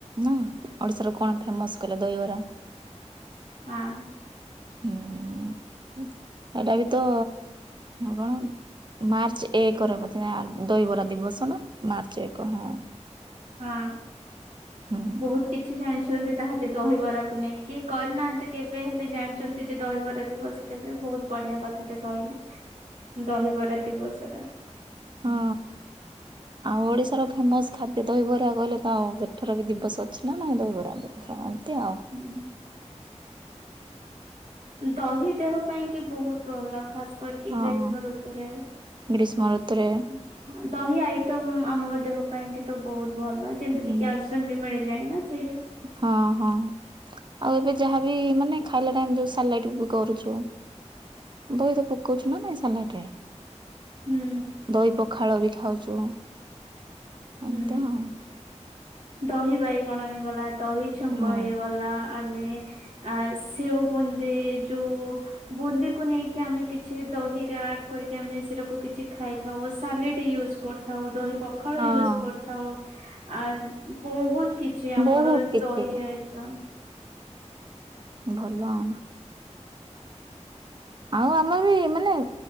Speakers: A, on the right; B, on the right.
A: ନା ଓଡିଶାର କଣ ଫେମସ କଲେ ଦହିବରା
B: ଆଁ?
A: ହୁଁ ଏଟା ବି ତ କଣ ମାର୍ଚ୍ଚ ଏକ ର ବୋଧେ ଦହିବରା ଦିବସ ନା ମାର୍ଚ୍ଚ ଏକ ହଁ।
B: ହଁ
A: ହଁ।
B: ବହୁତ କିଛି ଜାଣିଛନ୍ତି ତାହେଲେ ଦହିବରାକୁ ନେଇକି କରିନାହାନ୍ତି କେବେ ହେଲେ ଜାଣିଛନ୍ତି ଯେ ଦହିବରା ଦିବସ କେବେ ବହୁତ ବଢିଆ କଥାଟେ କହିଲେ ଦହିବରା ଦିବସଟା
A: ହଁ ଆଉ ଓଡିଶାର ଫେମସ ଖାଦ୍ୟ ଦହିବରା କହିଲେ ତ ସେଠି ର ବି ଦିବସ ଅଛି ନା ନାଇଁ ରହିବରା ଦିବସ ଏମତି ଆଉ।
B: ହୁଁ। ଦହି ଦେହ ପାଇଁ କି ବହୁତ ଅଲଗ ଖାସ କରିକି
A: ହଁ।
B: ଗ୍ରୀଷ୍ମ ଋତୁରେ ହଁ
A: ଗ୍ରୀଷ୍ମ ଋତୁରେ
B: ଦହି ଆଇଟମ ଆମ ଦେହ ପାଇଁ କି ତ ବହୁତ ଭଲ। ଯେମିତି
A: ହୁଁ।
B: କି କ୍ୟାଲସିୟମ ବି ମିଳି ଯାଏନା ସେଇଠୁ
A: ହଁ ହଁ। ଆଉ ଏବେ ଯାହାବି ମାନେ ଖାଇଲା ଟାଇମ୍ ରେ ସାଲାଟ ବି କରୁଚୁ ଦହି ତ ପକଉଚୁ ନା ନାଇଁ ସାଲଟ୍ ରେ
B: ହୁଁ
A: ଦଇ ପଖାଳ ବି ଖାଉଛୁ। ଏମିତି
B: ହୁଁ
A: ଆଉ।
B: ଦହି ବାଇଗଣ ହେଇଗଲା ଦହି ଛୁଙ୍କ
A: ହୁଁ।
B: ହେଇଗଲା ଆମେ ଆ ସେଓ ବୁନ୍ଦି ଯୋଉ ବୁନ୍ଦିକୁ ନେଇକି ଆମେ କିଛି ଦହିରେ ଆଡ କରିକି ଆମେ ସେଟାକୁ କିଛି ଖାଇ ଥାଉ ସାଲେଟ୍ ୟୁଜ୍ କରିଥାଉ ଦହି ପ ପଖାଳ
A: ହଁ।
B: ୟୁଜ୍ କରିଥାଉ ଆ ବହୁତ କି ଛି ଆମର
A: ବହୁତ କିଛି
B: ଦହି ଆଇଟମ୍
A: ଭଲ ଆଁ ଆଉ ଆମେ ବି ମାନେ